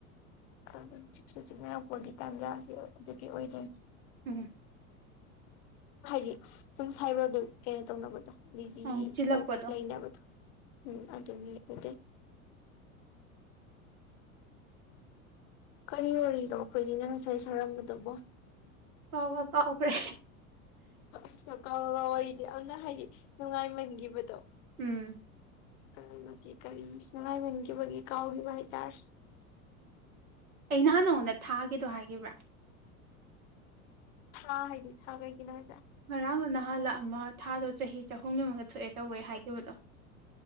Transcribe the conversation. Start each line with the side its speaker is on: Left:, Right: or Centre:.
Left: ꯑꯗꯨꯝ ꯆꯛꯁꯨ ꯆꯤꯛꯅꯔꯛꯄꯒꯤ ꯇꯥꯟꯖꯥꯁꯤ ꯑꯗꯨꯒꯤ ꯑꯣꯏꯔꯦ
Right: ꯎꯝ
Left: ꯍꯥꯏꯗꯤ ꯁꯨꯝ ꯁꯥꯏꯕꯔꯗꯨ ꯀꯩꯅꯣ ꯇꯧꯅꯕꯗꯣ ꯕꯤꯖꯤ
Right: ꯑꯃꯨꯛ ꯆꯤꯜꯂꯛꯄꯗꯣ
Left: ꯇꯧ ꯂꯩꯅꯕꯗꯣ ꯎꯝ ꯑꯗꯨꯒꯤ ꯑꯗꯨꯗ ꯀꯔꯤ ꯑꯣꯏꯅꯣ ꯑꯩꯈꯣꯏꯅꯤꯅ ꯉꯁꯥꯏ ꯁꯥꯔꯝꯕꯗꯨꯕꯣ
Right: ꯇꯥꯎ ꯇꯥꯎꯈꯔꯦ
Left: ꯑꯁꯀꯒ ꯋꯥꯔꯤꯗꯤ ꯌꯥꯝꯅ ꯍꯥꯏꯗꯤ ꯅꯨꯡꯉꯥꯏꯃꯟꯈꯤꯕꯗꯣ
Right: ꯎꯝ
Left: ꯀ ꯅꯦ ꯀꯔꯤꯅꯉꯥꯏ ꯃꯒꯦꯕ ꯀꯥꯎꯒꯤ ꯥꯏ ꯇꯔ꯫
Right: ꯑꯩ ꯅꯍꯥꯟ ꯅꯉꯣꯟꯗ ꯊꯥꯒꯦꯗꯣ ꯍꯥꯏꯈꯤꯕ꯭ꯔꯥ
Left: ꯊꯥ ꯍꯥꯏꯗꯤ ꯊꯥ ꯀꯩ ꯀꯅ
Right: ꯍꯔꯥꯡ ꯅꯍꯜꯂ ꯑ ꯃꯥ ꯊꯥꯗꯣ ꯆꯍꯤ ꯆꯍꯨꯝ ꯌꯃꯨꯒ ꯊꯣꯛꯑꯦ ꯇꯧꯕꯦ ꯍꯥꯏꯈꯤꯕꯗꯣ